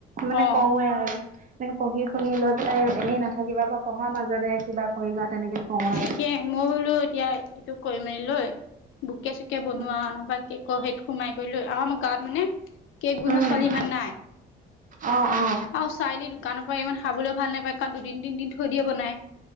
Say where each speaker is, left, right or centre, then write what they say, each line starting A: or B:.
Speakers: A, on the right; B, on the left.
A: মানে
B: অ
A: কওঁৱে আৰু এনে পঢ়ি শুনি লৈ পেলাই এনেই নাথাকিবা বা পঢ়াৰ মাজতে কিবা কৰিবা তেনেকে কওঁ আৰু।
B: ঠিকেই মই বোলো এতিয়া এইটো কৰি মেলি লৈ বুকে চুকে কে বনোৱা
A: উম
B: নহবা কেকৰ সেই সোমাই কৰি লৈ আৰু আমাৰ গাঁৱত মানে কেক বনোৱা
A: উম
B: ছোৱালী ইমান নাই।
A: অ অ
B: অ চাৰিআলি দোকানৰ পৰা ইমান খাবলৈ ভাল নাপায় কাৰণ দুদিন তিনদিন থৈ দিয়ে বনাই